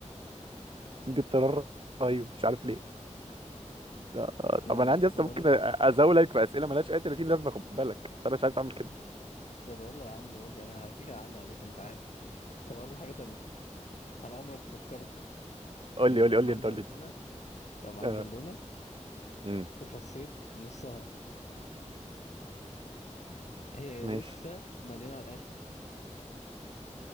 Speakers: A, on the right; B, on the left.
A: عندي اضطرار رهيب مش عارف ليه لا،
B: يعني
A: طب أنا عندي
B: طب
A: أصلا
B: اقول
A: ممكن
B: لك
A: أ- أزاولك في أسئلة ملهاش أي 30 لازمة خد بالك بس أنا مش عايز أعمل كده
B: طب يلا يا عم قول لي انا كده اعلي عليك انت عارف طب اقول لك حاجه تانية هل عمرك فكرت
A: قول
B: ان
A: لي
B: انت
A: قول لي
B: لو
A: قول
B: معاك
A: لي أنت
B: بالونه
A: قول لي أنت
B: لو معاك
A: آه.
B: بالونه
A: امم
B: وفسيت نصها هي
A: ماشي
B: لسه مليانه على الاخر